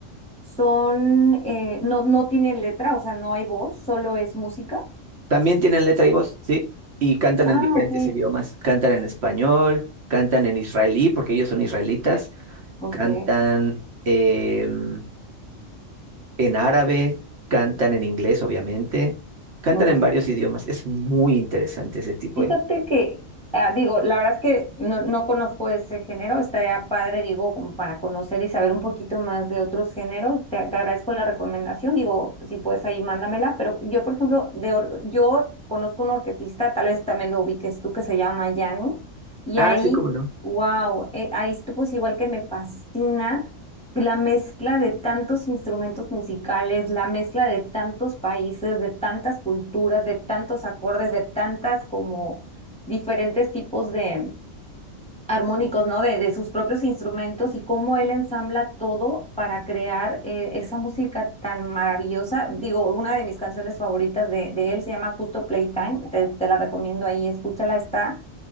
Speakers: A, in the centre; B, on the right.
A: son, eh, no, no tienen letra, o sea, no hay voz, solo es música.
B: También tienen letra y voz, ¿sí? Y cantan
A: Ah,
B: en diferentes
A: ok,
B: idiomas. Cantan en español, cantan en israelí, porque ellos son israelitas.
A: ok,
B: Cantan em, en árabe, cantan en inglés, obviamente, cantan
A: ok.
B: en varios idiomas. Es muy interesante ese tipo
A: Fíjate
B: de...
A: que, ah, digo, la verdad es que no, no conozco ese género, estaría padre, digo, como para conocer y saber un poquito más de otros géneros. Te, te agradezco la recomendación, digo, si puedes ahí mándamela, pero yo, por ejemplo, de or- yo conozco un orquetista, tal vez también lo ubiques tú, que se llama Yanni, y
B: Ah,
A: ahí,
B: sí, cómo no.
A: wow, ahí tú pues igual que me fascina. La mezcla de tantos instrumentos musicales, la mezcla de tantos países, de tantas culturas, de tantos acordes, de tantas como diferentes tipos de armónicos, ¿no? De, de sus propios instrumentos y cómo él ensambla todo para crear eh, esa música tan maravillosa. Digo, una de mis canciones favoritas de, de él se llama Justo Playtime, te, te la recomiendo ahí, escúchala, está